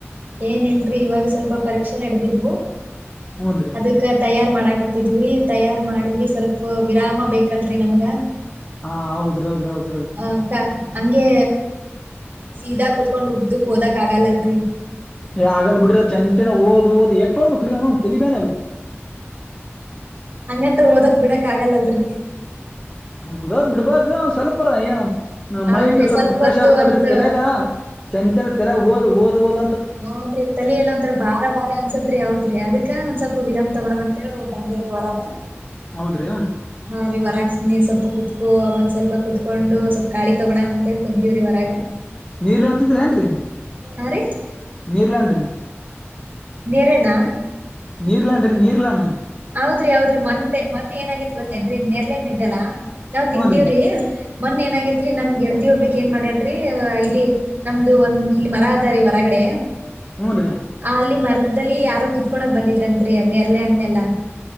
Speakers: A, on the right; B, on the left.
A: ಏನ್ ಇಲ್ರರಿ ಇವಾಗ ಸ್ವಲ್ಪ ಪರೀಕ್ಷೆ ನಡೆದಿದ್ವು
B: ಹೂನ್ರಿ
A: ಅದಕ್ಕ ತಯಾರು ಮಾಡ ಕತ್ತಿದ್ವಿರಿ ತಯಾರ್ ಮಾಡಿದ್ವಿ ಸ್ವಲ್ಪ ವಿರಾಮ ಬೇಕಲ್ರರಿ ನಮ್ಗ
B: ಹಾ ಹೌದ್ರೌದ್ ಹೌದ್ರ
A: <unintelligible> ಹಂಗೆ ಸೀದಾ ಕುತ್ಕೊಂಡ್ ಉದ್ದಕ್ ಓದಕ್ ಆಗಲ್ಲಲ್ರಿ
B: ಆಗಲ್ ಬಿಡ್ರ ಚಂತನ ಓದ ಓದು ಎಕ್ ಹೋದ್ ಮ ಕ್ರೀವನ ತೇಲಿ ಬೇನವು
A: ಹಂಗಂತ ಓದಕ್ ಬಿಡಕ್ ಆಗಲ್ಲಲ್ರಿ
B: ಹೋಧೋಧು ಬಿಡ್ಬಾರ್ದ ಸ್ವಪರ ಏನ
A: ಹೌದ್ರಿ
B: ಮೈಂಡ್ ಸ್ವಲ್ಪ ಫ್ರೆಶ್
A: ಹೊತ್ತು
B: ಆಗ್ ಬೇಕಲ್ರಿ
A: ಒಂದ್
B: ತಲೆಗ ಚಂದ ಚಂದ ತಲೆಗ ಓದು ಓದ್ ಓದ
A: ಹೌದ ರಿ ತಲ ಎೆಲ್ಲ ಒಂಥರ ಬಾರ ಬಾರ ಅನ್ಸತ್ರಿ ಹೌದ್ರಿ ಅದಕಂದ ಸ್ವಲ್ಪ ವಿರಮ್ ತಗೋಳ ಅಂತೇಳ ಬಂದೆವ ಹೊರಗೆ
B: ಹೌದ್ರಿ
A: ಹಾ ರೀ ಹೊರಗ ನೀ ಸೊಪ ಕೂತ್. ಒಂದ್ ಸ್ವಲ್ಪ ಕುತ್ಕೊಂಡು ಸ್ವಲ್ಪ ಗಾಳಿ ತಗೋನಾಕ ಅಂತಿ ಕುಂತೀವ್ರಿ ಹೊರಗ.
B: ನೀರ್ ಣ ತಿದ್ರ ಏನ್ರರಿ.
A: ಹಾ ರಿ.
B: ನಿರ್ಲ ಹಣ್ರಿ.
A: ನೆರಣ.
B: ನಿರ್ಲ ಹಣ್ಣ ರೀ ನೀರ್ಲ ಹಣ್ಣ.
A: ಹೌದ್ರಿ ಹೌದ್ರಿ ಮಂದೆ ಮೊನ್ ಏನಾಗತ್ ಗೊತ್ತೇನ್ರೀ ಇನ್ ನೆರ್ಲ ಹಣ್ಣ ಇದಲ್ಲಾ ನಾವ್ ತಿಂತೀವ್ರೀ.
B: ಹೂನ್ರಿ
A: ಮೊನ್ನೆ ಏನಗೇತ್ರಿ ನಮ ಗೆಳತಿ ಒಬ್ಬಾಕಿ ಏನ್ ಮಾಡ್ಯಲ್ರರಿ ಇಲ್ಲಿ ನಮ್ದು ಒಂದ್ ಇಲ್ಲಿ ಮರ ಅದಾರಿ ಹೊರಗಡೆ.
B: ಹೂನ್ರಿ
A: ಆ ಅಲ್ಲಿ ಮರದದಲ್ಲಿ ಯಾರೋ ಕಿತ್ಕೊಂಡಕ ಬಂದಿದ್ರಂತ್ರಿ ಅದ್ ನೇರಳೆ ಹಣ್ಣೆಲ್ಲಾ.